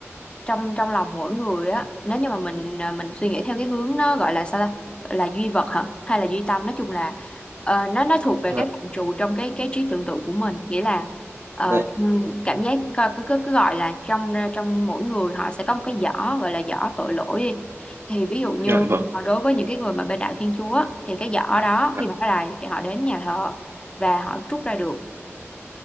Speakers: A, on the left (about 20°); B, on the right (about 55°).
A: trong trong lòng mỗi người á nếu như mà mình à, mình suy nghĩ theo cái hướng nó gọi là sao ta Gọi là duy vật hả hay là duy tâm nói chung là ờ, nó nó thuộc về
B: dạ
A: cái phạm trù trong cái cái trí tưởng tượng của mình nghĩa là ờ,
B: dạ
A: ừm, cảm giác coi- cứ cứ cứ gọi là trong à, trong mỗi người họ sẽ có một cái giỏ gọi là giỏ tội lỗi đi thì ví dụ như
B: dạ vâng
A: ờ, đối với những cái người mà bên đạo Thiên Chúa á, thì cái giỏ đó
B: dạ
A: khi mà họ lại thì họ đến nhà thờ và họ trút ra được